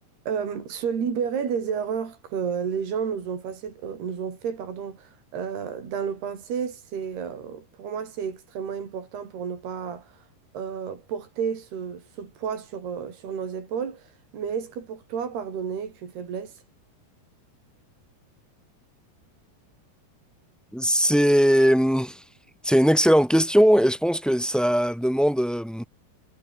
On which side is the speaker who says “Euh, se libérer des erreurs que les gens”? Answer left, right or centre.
Right